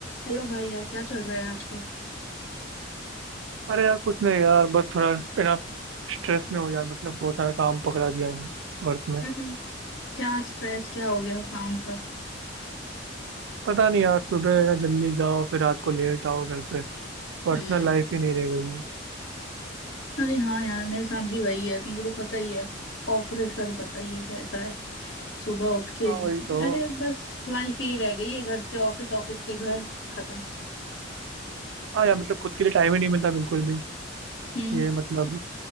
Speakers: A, on the left; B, on the right.
A: हेलो भाई यार क्या चल रहा है आजकल
B: अरे यार कुछ नहीं यार बस थोड़ा इतना स्ट्रेस में हो यार मतलब बहुत सारा काम पकड़ा दिया है वर्क में
A: अरे क्या स्ट्रेस क्या हो गया काम का
B: पता नहीं यार सुबह ना जल्दी जाओ फिर रात को लेट आओ घर पे पर्सनल
A: हम्म
B: लाइफ ही नहीं रह गई है
A: अरे हाँ यार मेरे साथ भी वही है तुमको तो पता ही है कॉर्पोरेट का तो पता ही है कैसा है सुबह उठ के
B: हाँ वही तो
A: अरे बस लाइफ ही रह गई है घर से ऑफिस ऑफिस से घर खत्म
B: हाँ यार मतलब खुद के लिए टाइम ही नहीं मिलता बिल्कुल भी
A: हम्म
B: ये मतलब